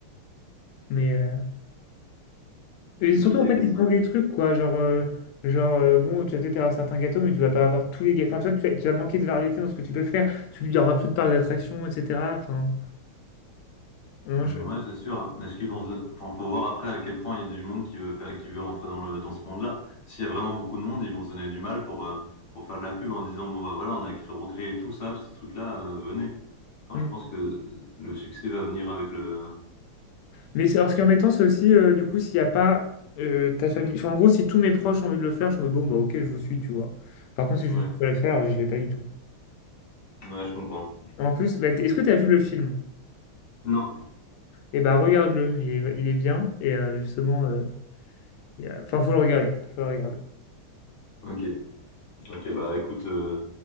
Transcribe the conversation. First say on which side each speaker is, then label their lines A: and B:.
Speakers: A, on the left; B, on the left.
A: mais, euh,
B: Je
A: et surtout,
B: sais pas si ça
A: en fait,
B: existe.
A: ils te demandent des trucs, quoi. Genre, euh, genre euh, bon, tu vas peut-être avoir certains gâteaux, mais tu vas pas avoir tous les gâteaux. Enfin, toi, tu vas, tu vas manquer de variété dans ce que tu peux faire. Tu, il y aura plus de parcs d'attractions, etc. Enfin, moi,
B: Mm,
A: je-
B: Ouais, c'est sûr. Est-ce qu'ils vont, se- enfin, faut voir après à quel point il y a du monde qui veut faire, qui veut rentrer dans le, dans ce monde-là. S'il y a vraiment beaucoup de monde, ils vont se donner du mal pour, euh, pour faire de la pub en disant, bon, bah voilà, on a cré- recréé tout ça, tous ces trucs-là, euh, venez. Enfin,
A: mm.
B: je pense que le succès va venir avec le,
A: Mais c'est- alors, ce qui est embêtant, c'est aussi, euh, du coup, s'il n'y a pas euh, ta famille. Enfin, en gros, si tous mes proches ont envie de le faire, je suis en mode, bon, bah, ok, je vous suis, tu vois. Par contre, si
B: ouais,
A: je suis seul à le faire, j'y vais pas du tout.
B: ouais, je comprends.
A: En plus, bah, t- est-ce que tu as vu le film?
B: Non.
A: Et ben, regarde-le, il est, il est bien. Et euh, justement, euh, il y a- enfin, faut le regarder. Faut le regarder.
B: Ok. Ok, bah, écoute, euh,